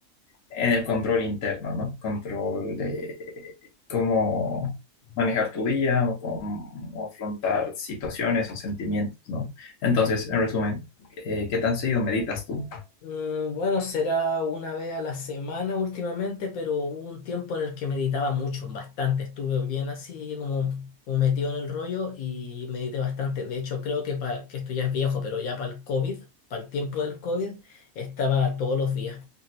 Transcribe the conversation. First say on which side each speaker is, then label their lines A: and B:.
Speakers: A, on the left; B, on the left.
A: en el control interno, ¿no? Control de cómo manejar tu día o cómo afrontar situaciones o sentimientos, ¿no? Entonces, en resumen, eh, ¿qué tan seguido meditas tú?
B: Mm, Bueno, será una vez a la semana últimamente, pero hubo un tiempo en el que meditaba mucho, bastante. Estuve bien así como, como metido en el rollo y medité bastante. De hecho, creo que, pa- que esto ya es viejo, pero ya para el COVID, para el tiempo del COVID, estaba todos los días